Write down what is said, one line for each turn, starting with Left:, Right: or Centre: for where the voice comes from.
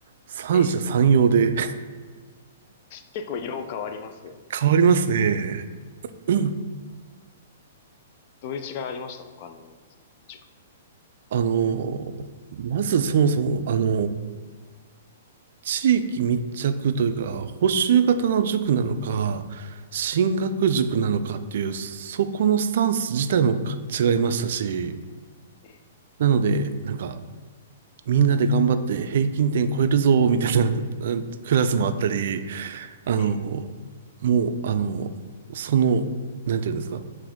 Right: 三者三様で
Left: ええ結構色変わりますよね。
Right: <laughs> 変わりますね。<clears throat> うん
Left: どういう違いありました他に、その塾ごと
Right: あの、まずそもそも、あの、地域密着というか、補習型の塾なのか、進学塾なのかっていう、そこのスタンス自体もか違いましたし、
Left: に。え
Right: なので、なんか、みんなで頑張って平均点超えるぞ、みたいなうんクラスもあったり、あの、
Left: えええ
Right: もう、あの、その、なんていうんですか、